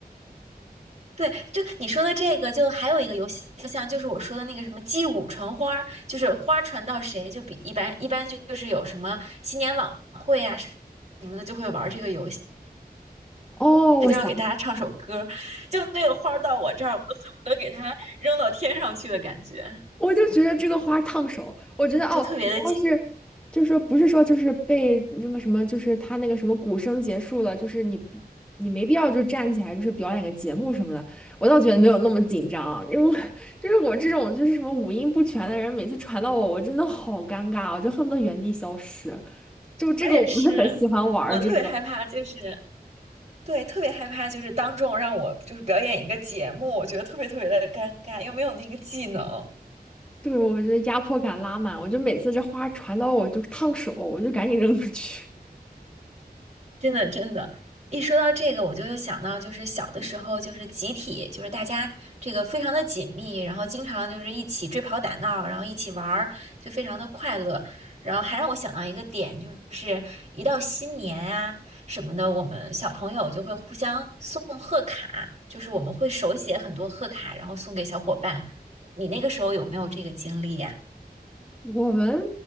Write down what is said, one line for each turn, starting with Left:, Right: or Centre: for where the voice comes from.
Right: 对，就你说的这个，就还有一个游戏，就像就是我说的那个什么击鼓传花儿，就是花儿传到谁，就比一般一般就就是有什么新年晚会啊什么的，就会玩这个游戏，
Centre: 哦，
Right: 谁就要给大家唱首歌
Centre: 我想。
Right: <laughs> 就这个花儿到我这儿，我都恨不得给它扔到天上去的感觉。
Centre: 我就觉得这个花烫手，我觉得哦，
Right: 就特别的紧。
Centre: 你要是就是说不是说就是被那个什么，就是他那个什么鼓声结束了，就是你不你没必要就站起来就是表演个节目什么的，我倒觉得没有那么紧张，因为就是我这种就是什么五音不全的人，每次传到我，我真的好尴尬哦，我就恨不得原地消失。就这个我不是很喜欢玩儿这个，
Right: 我也是，我特别害怕，就是对，特别害怕，就是当众让我就是表演一个节目，我觉得特别特别的尴尬，又没有那个技能。
Centre: 对，我觉得压迫感拉满，我就每次这花传到我就烫手，我就赶紧扔出去。
Right: 真的，真的，一说到这个，我就又想到，就是小的时候，就是集体，就是大家这个非常的紧密，然后经常就是一起追跑打闹，然后一起玩儿，就非常的快乐。然后还让我想到一个点，就是一到新年啊什么的，我们小朋友就会互相送贺卡，就是我们会手写很多贺卡，然后送给小伙伴。你那个时候有没有这个经历呀？
Centre: 我们